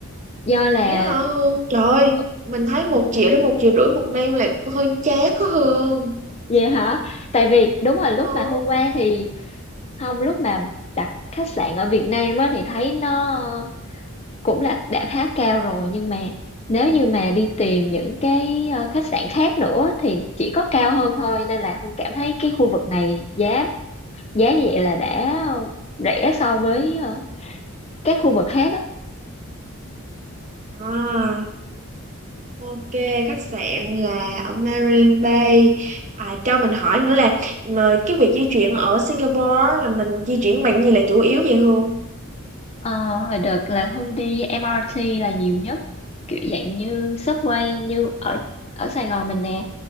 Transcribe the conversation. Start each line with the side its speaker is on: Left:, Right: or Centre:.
Left: do là
Right: vậy hả Hương trời ơi
Left: ờ,
Right: mình thấy một
Left: Ừ.
Right: triệu đến một triệu rưỡi một đêm là hơi chát có Hương
Left: Vậy hả? Tại vì đúng rồi lúc
Right: ừ.
Left: mà hôm qua thì không lúc mà đặt khách sạn ở Việt Nam á thì thấy nó cũng là đã khá cao rồi nhưng mà nếu như mà đi tìm những cái ờ, khách sạn khác nữa thì chỉ có cao hơn thôi nên là Hương cảm thấy cái khu vực này giá giá như vậy là đã ờ, rẻ so với ờ, các khu vực khác á.
Right: à ok khách sạn là ở Marine Bay à cho mình hỏi nữa là mà cái việc di chuyển ở Singapore á, là mình di chuyển bằng gì là chủ yếu vậy Hương
Left: Ờ, hồi đợt là Hương đi MRT là nhiều nhất kiểu dạng như subway như ở ở Sài Gòn mình nè